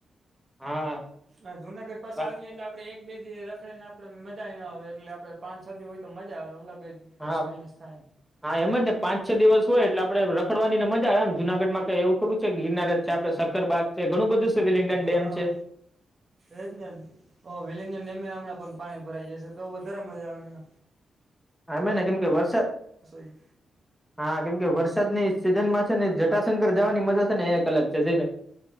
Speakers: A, in the centre; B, on the right.
A: હા
B: હા જુનાગઢ પાસે
A: હા
B: આવીએ એટલે આપડે એક બે દી રખડીે ને આપડે મજાય નો આવે એટલે આપડે પાંચ છ દી હોય તો મજા આવે અલગ જ
A: હા,
B: એક્સપિરિયન્સ થાય
A: હા એમજ ને પાંચ છ દિવસ હોય એટલે આપણે રખડવાનીને મજા આવે આમ જુનાગઢ માં કઈ એવું થડું છે કે ગિરનારજ છે આપ સકરબાગ છે ઘણું બધું છે વિલિંગડન
B: હા,
A: ડેમ છે
B: એજ ને વિલંગમ હમણાં પણ પાણી ભરાયઈ જશે તો વધારે મજાની.
A: હામે ને કેમકે વરસાદ
B: ઈ.
A: હા કેમકે વરસાદની સિઝનમાં ને જટાશંકર જવાની મજા છે ને એક અલગ છે જય ભાઈ.